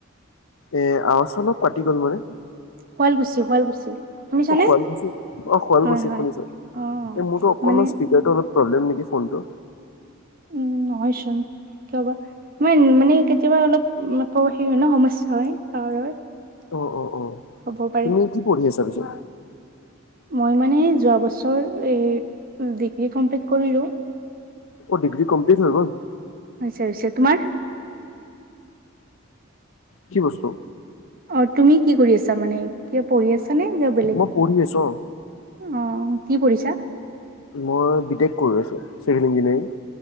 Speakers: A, on the left; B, on the right.
A: এ আৱাজ অলপ কাটি গ'ল মানে
B: শুৱালকুছি শুৱালকুছি শুনিছানে?
A: অ শুৱালকুছি অ শুৱালকুছি
B: হয় হয়
A: শুনিছো এ
B: অ
A: মোৰতো অকনমান
B: মানে
A: স্পীকাৰতো অলপ প্ৰব্লেম নেকি ফোনটো
B: উম নহয়চোন কাবা ইমান মানে কেতিয়াবা অলপ হেৰি হয় ন সমস্যা হয় তাৱাৰৰ
A: অ অ অ
B: হ'বও পাৰে।
A: তুমি কি পঢ়ি আছা পিছে?
B: মই মানে যোৱা বছৰ এই ডিগ্ৰী কমপ্লিট কৰিলো।
A: অ ডিগ্ৰী কমপ্লিট হৈ গল?
B: হৈছে হৈছে, তোমাৰ?
A: <inaudible> কি বস্তু?
B: অ তুমি কি কৰি আছা মানে? কিবা পঢ়ি আছা নে কিবা বেলেগ?
A: মই পঢ়ি আছো অ
B: অ কি পঢ়িছা?
A: মই বি টেক কৰি আছো চিভিল ইঞ্জিনিয়াৰিং।